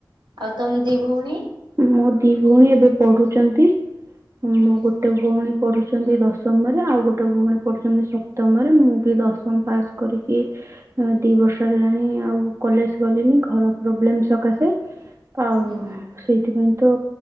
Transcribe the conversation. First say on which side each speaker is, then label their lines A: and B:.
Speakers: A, on the right (about 80°); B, on the right (about 40°).
A: ଆଉ ତମ ଦି ଭଉଣି?
B: ମୋ ଦି ଭଉଣୀ ଏବେ ପଢୁଛନ୍ତି ମୋ
A: ଓହୋ
B: ଗୋଟେ ଭଉଣୀ ପଢୁଛନ୍ତି ଦଶମରେ ଆଉ ଗୋଟେ ଭଉଣୀ ପଢୁଛନ୍ତି ସପ୍ତମରେ। ମୁଁ ବି ଦଶମ ପାସ୍ କରିକି ଉଁ ଦି ବର୍ଷ ହେଲାଣି ଆଉ କଲେଜ୍ ଗଲିନି ଘର ପ୍ରୋବ୍ଲେମ ସକାଶେ। ଆଉ
A: ହୁଁ
B: ସେଇଥିପାଇଁ ତ